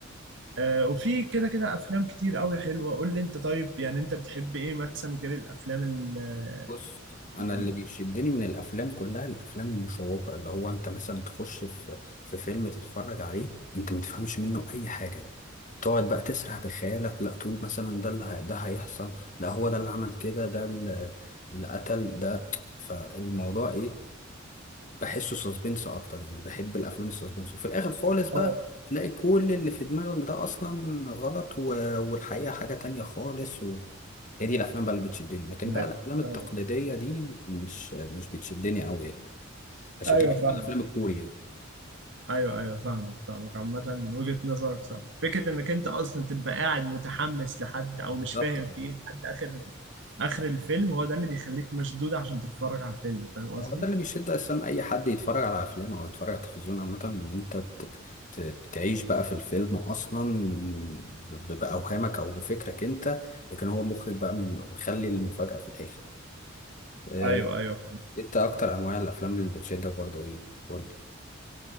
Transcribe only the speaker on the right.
آه، وفي كده كده افلام كتير قوي حلوة قول لي انت طيب يعني انت بتحب ايه مثلا غير الافلام ال-
يعني
اه
ايوه
ايوه
أيوة،
فاهمك
ايوه ايوه فاهمك فاهمك عامة وجهة نظرك صح فكرة انك انت اصلا تبقى قاعد متحمس لحد او
مش فاهم فيه لحد اخر اخر الفيلم هو ده اللي بيخليك مشدود عشان تتفرج على الفيلم فاهم قصدي؟
ايوه ايوه